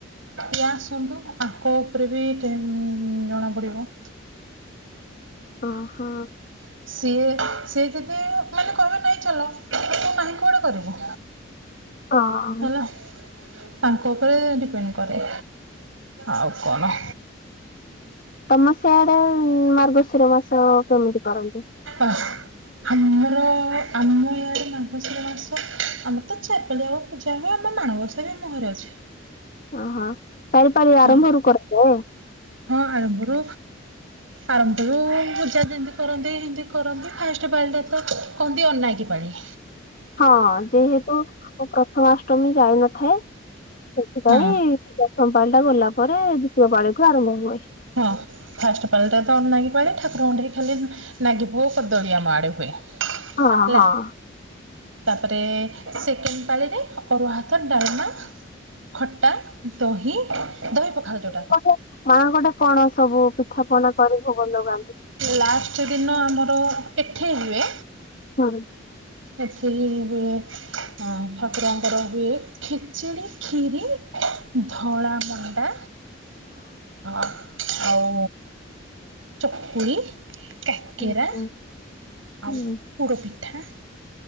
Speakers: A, on the right; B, on the left.
A: ଇଏ ଆସନ୍ତୁ ଆଙ୍କ ଉପରେ ବି ଏମ ଜଣା ପଡିବ।
B: ଅଁହଁ।
A: ହଁ <unintelligible> ସିଏ ସିଏ ଯଦି ମାନେ କହିବେ ନାଇଁ ଚାଲ ତୁ ନାହିଁ କୁଆଡ଼େ କରିବୁ।
B: ହଁ
A: ହେଲା। ତାଙ୍କ ଉପରେ ଡିପେଣ୍ଡ କରେ ଆଉ କଣ?
B: ତମ ସିଆଡେ ମାର୍ଗଶିର ମାସ କେମିତି କରନ୍ତି?
A: ଓହୋ। ଆମର ଆମ ଏଆଡେ ମାର୍ଗଶିର ମାସ ଆମର ତ ଚାରିପାରିଆଉ। ଯାହା ଆମ ମାଣବସା ବି ଆମ ଘରେ ଅଛି।
B: ଓହୋ ଚାରିପାଳି
A: ହଁ
B: ଆରମ୍ଭରୁ କରୁଚ।
A: ହଁ, ଆରମ୍ଭରୁ ଆରମ୍ଭରୁ ପୂଜା ଯେମତି କରନ୍ତି ହେମତି କରନ୍ତି ଫାଷ୍ଟ ପାଳିଟାତ କହନ୍ତି ଅନାକି ପାଳି।
B: ହଁ ଯେହେତୁ ପ୍ରଥମାଷ୍ଟମୀ ଯାଇନଥାଏ ସେଥିପାଇଁ
A: ହଁ
B: ଦଶମ ପାଳି ଟା ଗଲା ପରେ ଦ୍ଵିତୀୟ ପାଳି କୁ ଆରମ୍ଭ ହୁଏ।
A: ହଁ ଫାଷ୍ଟ ପାଳିଟା ତ ଅନନାଗି ପାଳି ଠାକୁରଙ୍କୁ ଟିକେ ଖାଲି ନାଗି ପୁଅ କଦଳୀ ଆମ ଆଡେ ହୁଏ।
B: ହଁ
A: ହେଲା।
B: ହଁ।
A: ତାପରେ ସେକେଣ୍ଡ ପାଳିରେ ଅରୁଆ ଭାତ, ଡାଲମା ଖଟା, ଦହି, ଦହି ପଖାଳ ଜୋ
B: <unintelligible> ହଁ ଗୋଟେ କଣ ସବୁ ପିଠା ପଣା କରି ଭୋଗ ଲଗାନ୍ତି।
A: ଲାଷ୍ଟ ଦିନ ଆମର ଏଠି ହୁଏ।
B: ହଁ।
A: ଏଠି ବି ହଁ ଠାକୁରଙ୍କର ହୁଏ ଖିଚିଡି, ଖିରି। ଧଳା ମଣ୍ଡା ହଁ ଆଉ ଚକୁଳି, କାକେରା
B: ଉୁଁ ହୁଁ
A: ଆଉ
B: ହୁଁ
A: ପୁଡ଼ ପିଠା।